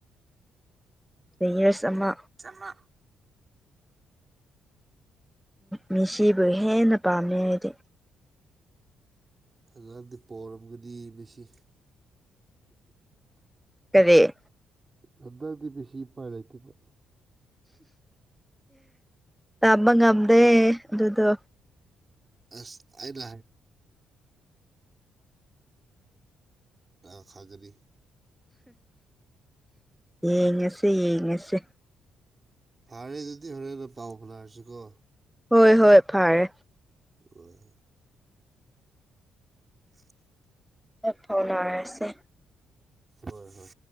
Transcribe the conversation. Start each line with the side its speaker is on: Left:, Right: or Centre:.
Centre: ꯄ꯭ꯂ‌ꯦꯌꯔꯁ ꯑꯃ꯫
Right: ꯆꯥꯃ꯫
Centre: ꯃꯦꯁꯤꯕꯨ ꯍꯦꯟꯅ ꯄꯥꯝꯃꯦ ꯑꯩꯗꯤ꯫
Right: ꯐꯂꯝꯗꯤ ꯄꯣꯔꯝꯒꯅꯤ ꯃꯦꯁꯤ꯫
Centre: ꯀꯔꯤ꯫
Right: ꯍꯟꯗꯛꯗꯤ ꯃꯦꯁꯤ ꯎꯄꯥꯏ ꯂꯩꯇꯦꯕ
Centre: ꯇꯝꯕ ꯉꯝꯗꯦ ꯑꯗꯨꯗꯣ꯫
Right: ꯑꯁ ꯑꯩꯅꯥ <unintelligible> <unintelligible> ꯈꯥꯡꯒꯅꯤ꯫
Centre: ꯌꯦꯡꯉꯁꯦ ꯌꯦꯡꯉꯁꯦ꯫
Right: ꯐꯥꯔꯦ ꯑꯗꯨꯗꯤ ꯍꯣꯔꯦꯟꯅ ꯄꯥꯎ ꯐꯪ ꯅꯔꯁꯦꯀꯣ꯫
Centre: ꯍꯣꯏ ꯍꯣꯏ ꯐꯔꯦ꯫
Right: ꯑꯣ꯫ <unintelligible>
Centre: ꯍꯣꯏ ꯐꯥꯎꯅꯔꯁꯦ꯫
Right: ꯍꯣꯏ ꯍꯣꯏ꯫